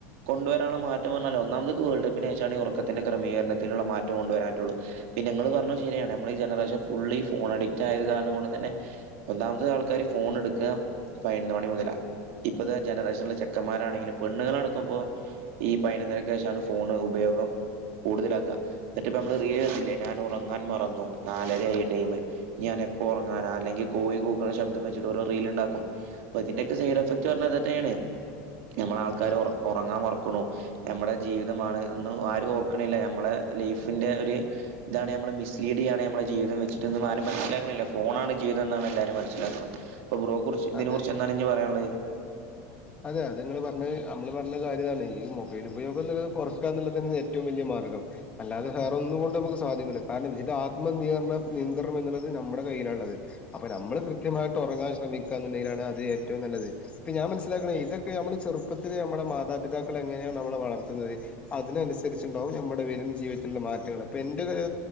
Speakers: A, on the right (about 60°); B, on the left (about 15°).
A: കൊണ്ടുവരാൻള്ള മാറ്റം പർഞ്ഞാ ഒന്നാമത്ക് വേൾ കപ്പിനേശാണ് ഒർക്കത്തിന്റെ ക്രമീകര്ണത്തിനുള്ള മാറ്റം കൊണ്ടുവരാൻറ്റൊള്ളു പിന്നെങ്ങള് പർഞ്ഞത് ശരിയാണ് നമ്മൾ ജനറേഷൻ ഫുള്ളീഫോണ ഡിക്റ്റായത് കാര്നംകൊണ്ട് തന്നെ ഒന്നാമത് ആൾക്കാര് ഫോൺട്ക്കാ പയ്ന്ന് മണി മുതലാ ഇപ്പത്തെ ജനറേഷൻലെ ചെക്കന്മാരാണെങ്കിലും പെണ്ണ്ങ്ങളടക്കംപ്പോ ഈ പൈനൊന്നര് കേഷാണ് ഫോണ് ഉപയോഗം കൂടുതല് ആക്കാ ന്നിട്ട്പ്പമ്മള് റീല് കൺലേ ഞാൻ ഉറങ്ങാൻ മറന്നു നാലരെയി ടൈമ് ന്യനെപ്പോ ഒർങ്ങാനാ അല്ലെങ്കി കോയി കൂഗ്ശബ്ദം വെച്ചിട്ടൊരുറീല്ണ്ടാക്കും പ്പതിന്റെക്കെ സൈഡ് എഫക്റ്റ് പർഞ്ഞ തന്നെണ് നമ്മളാൾക്കരൊറ്
B: അതെ
A: ഒറങ്ങാമറക്ക്ണു ഞമ്മടെ ജീവിതമാണ്ന്ന് ആരു ഓർക്ണില്ല നമ്മളെ ലൈഫ്ന്റെ ഒര് താണ് ഞമ്മള് മിസ്ലീഡിയ്യാണ് ഞമ്മളെ ജീവിതം വെച്ചിട്ടന്നും ആരും മനസ്സിലാക്ക്ന്നില്ല ഫോണാണ് ജീവിതം ന്നാണ് എല്ലാരും മനസ്സിലാക്ക്ണ് പ്പൊബ്രോ കുറിച്ച് ഇതിന
B: അതെ
A: കുറിച്ച് എന്നാണ്ഞ്ഞ് പറ്യള്ളത്
B: അതെ അത് ങ്ങള് പർഞ്ഞത് അമ്മള് പർഞ്ഞ കാര്യതാണ് ഈ മൊബൈല് ഉപയോഗംന്ന്ള്ളത് കൊറക്കാന്ന്‌ള്ളത ന്നെണ് ഏറ്റവും വല്യയ മാർഗ്ഗം അല്ലാതെ ഹേറൊന്നു കൊണ്ട്മ്ക്ക് സാധിക്ക്ണ്ട് കാര്ണംന്ത് ചാആത്മ ന്ത്യർനിയന്ത്രണം എന്നുള്ളത് നംടെ കയ്യിലാള്ളത് അപ്പൊ നമ്മള് കൃത്യമായിട്ട് ഒറങ്ങാൻ ശ്രമിക്കാന്ന്ണ്ടെങ്കിലാണ് അത് ഏറ്റവും നല്ലത് ഇപ്പൊ ഞാൻ മനസ് മനസ്സിലാക്കണ ഇതൊക്കെ നമ്മള് ചെറുപ്പത്തില് യമ്മടെ മാതാപിതാക്കളെങ്ങനെ നമ്മളെ വളർത്തുന്നത് അതിനൻസരിച്ചുണ്ടാകും ഞമ്മടെ വേലും ജീവിതത്തിൽള്ള മാറ്റങ്ങള് പ്പെ ന്റെ ഒര്